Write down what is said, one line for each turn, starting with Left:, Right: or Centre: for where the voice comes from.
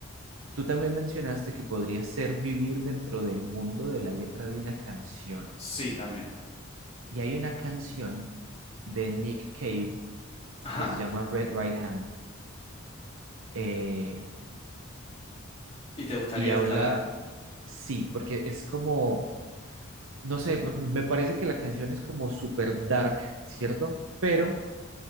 Right: tú también mencionaste que podría ser vivir dentro del mundo de la letra de una canción.
Left: sí, también.
Right: Y hay una canción de Nick Cave
Left: Ajá,
Right: que se llama Red Right Hand. eh,
Left: y te gustaría
Right: y habla,
Left: estar ahí.
Right: sí, porque es como, no sé, me me parece que la canción es como super dark, ¿cierto? Pero